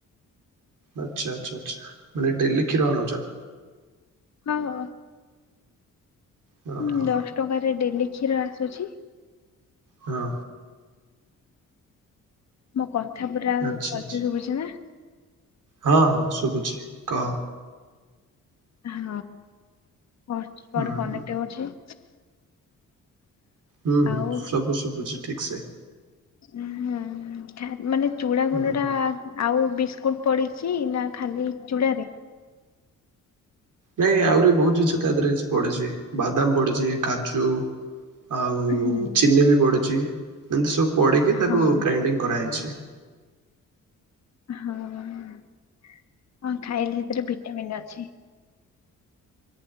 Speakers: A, on the right; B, on the left.
A: ଆଚ୍ଛା ଆଚ୍ଛା ଆଚ୍ଛା ମାନେ ଡେଲି କ୍ଷୀର ଆଣୁଚ।
B: ହଁ ହଁ।
A: ହଁ
B: ଉଁ
A: ହଁ
B: ଦଶ ଟଙ୍କାରେ ଡେଲି କ୍ଷୀର ଆସୁଛି।
A: ହଁ।
B: ମୋ କଥା ପୁରା <unintelligible>
A: ଆଚ୍ଛା ଆଚ୍ଛା
B: ଶୁଭୁଛି ନା।
A: ହଁ ହଁ ଶୁଭୁଛି କହ।
B: ହଁ କରୁଛି କୁଆଡେ
A: ହୁଁ
B: କନେକ୍ଟ
A: ହୁଁ
B: ଅଛି?
A: ହୁଁ ହୁଁ
B: ଆଉ
A: ସବୁ ଶୁଭୁଛି ଠିକ୍ ସେ।
B: ହୁଁ ହୁଁ ମାନେ ଚୂଡ଼ା
A: ହୁଁ
B: ଗୁଣ୍ଡ ଟା
A: ହୁଁ
B: ଆଉ ବିସ୍କୁଟ ପଡିଛି ନା ଖାଲି ଚୁଡ଼ା।
A: ନାଇଁ ଆହୁରି ବହୁତ ଜିନିଷ ତା ଦେହରେ ପଡିଛି ବାଦାମ ପଡିଛି କାଜୁ ଆଉ
B: ହଁ
A: ଚିନି ବି ପଡ଼ୁଛି ଏମିତି ସବୁ ପଡ଼ିକି ତାକୁ
B: ହଁ
A: ଗ୍ରାଇଣ୍ଡିଙ୍ଗ କରାହେଇଛି।
B: ହଁ ହଁ ଖାଇଲେ ସେଥିରେ ଭିଟାମିିନ ଅଛି।